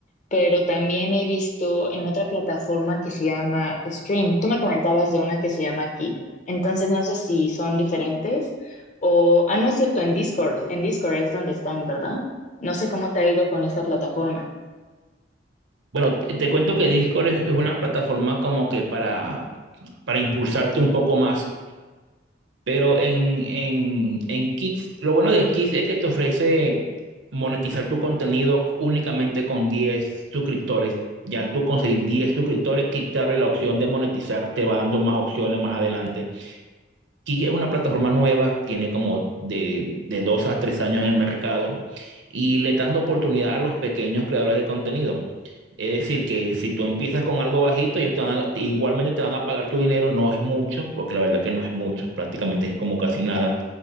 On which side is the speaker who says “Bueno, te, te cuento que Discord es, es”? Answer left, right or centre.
Right